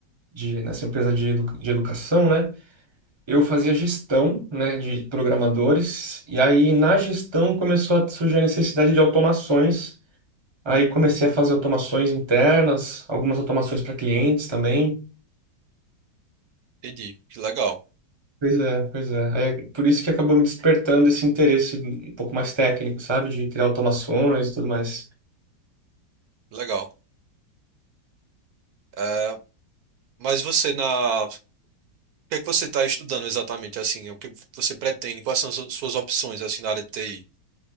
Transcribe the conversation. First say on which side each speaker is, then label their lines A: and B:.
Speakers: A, on the right; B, on the right.
A: de nessa empresa de, edu, de educação, né? Eu fazia gestão, né, de programadores, e aí na gestão começou a surgir a necessidade de automações. Aí comecei a fazer automações internas, algumas automações para clientes também.
B: Entendi. Que legal,
A: Pois é, pois é. Aí é por isso que acabou me despertando esse interesse um pouco mais técnico, sabe? De criar automações e tudo mais.
B: que legal. Eh, mas você na, o que é que você está estudando exatamente assim? O que você pretende? Quais são as su- suas opções assim na área de TI,